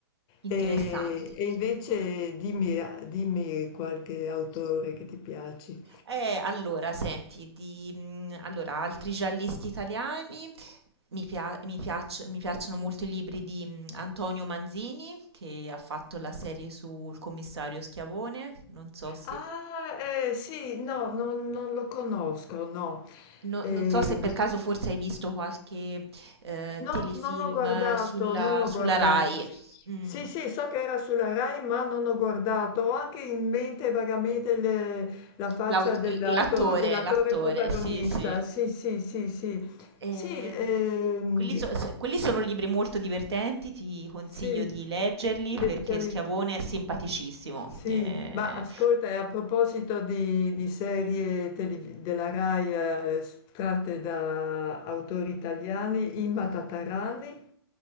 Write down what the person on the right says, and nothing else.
interessante.
Eh, allora senti di mhmm, allora altri giallisti italiani, mi pia mi piac mi piacciono molto i libri di, mhmm, Antonio Manzini, che ha fatto la serie sul commissario Schiavone, non so se
no
non so se per caso forse hai visto qualche, ehm,
telefilm
sulla
sulla
Rai. Mh.
L'aut-
il- l'attore,
l'attore,
sì, sì.
Eh,
quelli,
so- so- quelli sono libri molto divertenti, ti consiglio
di leggerli
perché
Schiavone è simpaticissimo.
Eh,